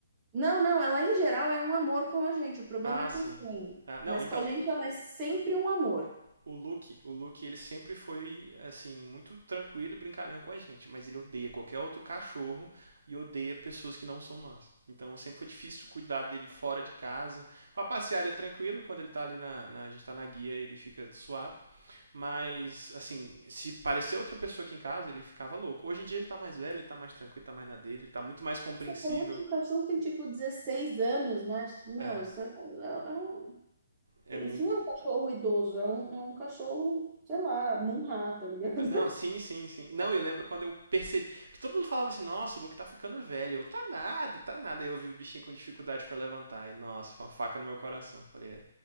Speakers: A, on the right (about 20°); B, on the right (about 80°).
A: Não, não, ela em geral é um amor com a gente, o problema
B: Ah,
A: é com
B: sim.
A: os estranhos.
B: Ah, não,
A: Mas
B: então,
A: com a gente ela é sempre um amor.
B: o Luke, o Luke, ele sempre foi, assim, muito tranquilo e brincalhão com a gente, mas ele odeia qualquer outro cachorro e odeia pessoas que não são nós. Então sempre foi difícil cuidar dele fora de casa. Pra passear ele é tranquilo, quando ele tá ali na, na- A gente tá na guia, ele fica suave. Mas, assim, se parecer outra pessoa aqui em casa, ele ficava louco. Hoje em dia ele tá mais velho, ele tá mais tranquilo, tá mais na dele, ele tá muito mais compreensível.
A: Você falou que o cachorro tem tipo 16 anos, né? Meu,
B: É,
A: isso é, é- é um,
B: é
A: isso
B: muito
A: não é um cachorro idoso, é um, é um cachorro, sei lá, Munhá, tá ligado?
B: Não, sim, sim, sim. Não, eu lembro quando eu percebi. Porque todo mundo falava assim, nossa, o Luke tá ficando velho. Eu, tá nada, tá nada. Aí eu vi o bichinho com dificuldade pra levantar. E, nossa, foi uma faca no meu coração. Falei, é,